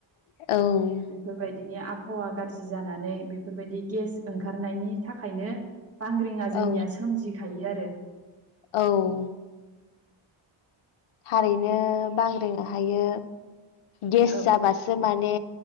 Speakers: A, on the left; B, on the right.
A: औ
B: बेफोरबायदिनि आबहावा गाज्रि जानानै बेफोरबायदि गेस ओंखारनायनि थाखायनो बांग्रिङा
A: औ
B: जोंनिया सोमजिखायो आरो।
A: औ थारैनो बांग्रिंआ हायो गेस
B: औ
A: जाबासो माने